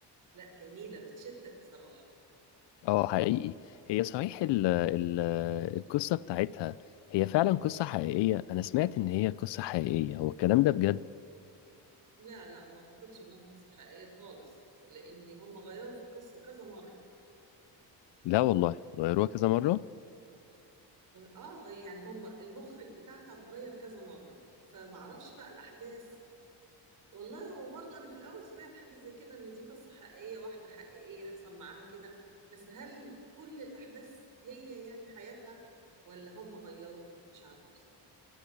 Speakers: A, on the right; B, on the left.
A: لا جميلة بتشدك بصراحة
B: اه حقيقي هي صحيح ال ال القصة بتاعتها هي فعلا قصة حقيقية أنا سمعت إن هي قصة حقيقية هو الكلام ده بجد
A: لا لا ما اعتقدش انها قصة حقيقية خالص لان هم غيروا في القصة كذا مرة
B: لا والله غيروها كذا مرة
A: اه غي- يعني هم المخرج بتاعها اتغير كذا مرة فمعرفش بقى الاحداث والله هو برضه انا في الاول سمعت حاجه زي كده ان دي قصه حقيقيه واحده حقيقيه حصل معاها كده بس هل كل الاحداث هي يعني حياتها ولا هم غيروا مش عارفه بصراحه